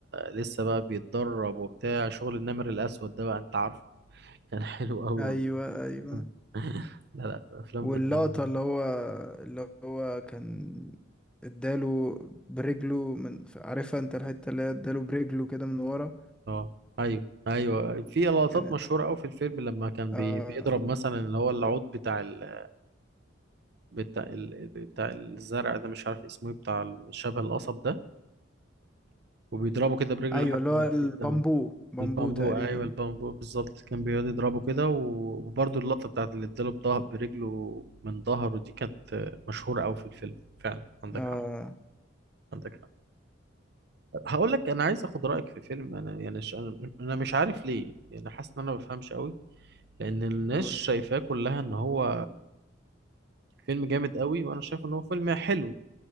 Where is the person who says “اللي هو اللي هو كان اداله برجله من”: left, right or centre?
Centre